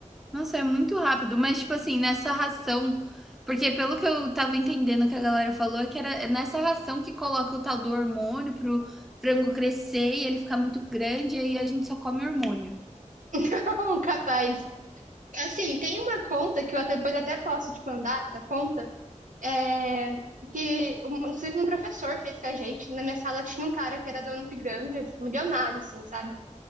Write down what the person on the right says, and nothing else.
<laughs> Um capaz. Assim, tem uma conta que eu até- depois até posso te mandar essa conta, é, que um- inclusive um professor fez com a gente. Na minha sala tinha um cara que era dono de granja, tipo, milionário, assim, sabe?